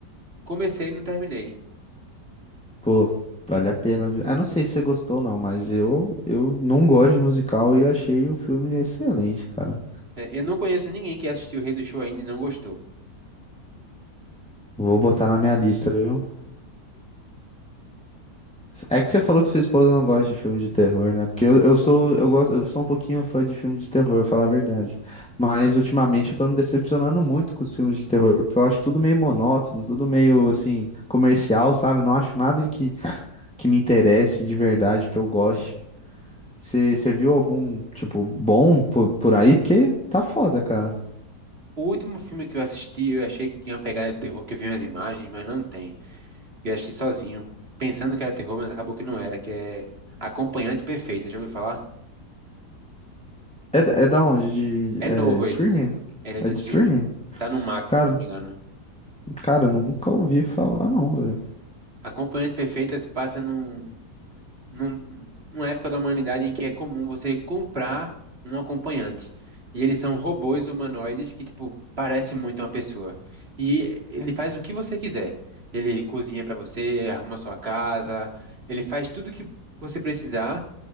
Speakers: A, on the right; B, in the centre.
A: Comecei e não terminei.
B: Pô, vale a pena. ver. Ah, não sei se você gostou ou não, mas eu eu não gosto de musical e eu achei o filme excelente, cara.
A: É, eu não conheço ninguém que assistiu o Rei do Show ainda e não gostou.
B: Vou botar na minha lista, viu? É que você falou que sua esposa não gosta de filme de terror, né? Porque eu, eu sou, eu gosto, eu sou um pouquinho fã de filme de terror, eu falar a verdade. Mas ultimamente eu tô me decepcionando muito com os filmes de terror, porque eu acho tudo meio monótono, tudo meio assim, comercial, sabe? Não acho nada que, que me interesse de verdade, que eu goste. Você você viu algum, tipo, bom por, por aí? Porque tá foda, cara.
A: O último filme que eu assisti, eu achei que tinha uma pegada de terror, que eu vi umas imagens, mas não tem. Eu assisti sozinho, pensando que era terror, mas acabou que não era, que é Acompanhante Perfeita, já ouviu falar?
B: É, da- é da onde? De
A: É novo
B: é, streaming?
A: esse. Ele é de
B: É
A: streaming.
B: de streaming?
A: Tá no Max,
B: Cara,
A: se não me engano.
B: cara, nunca ouvi falar, não, velho.
A: Acompanhante Perfeita se passa num, num- numa época da humanidade em que é comum você comprar um acompanhante. E eles são robôs humanoides que, tipo, parecem muito uma pessoa. E ele faz o que você quiser. Ele cozinha para você, arruma sua casa, ele faz tudo que você precisar,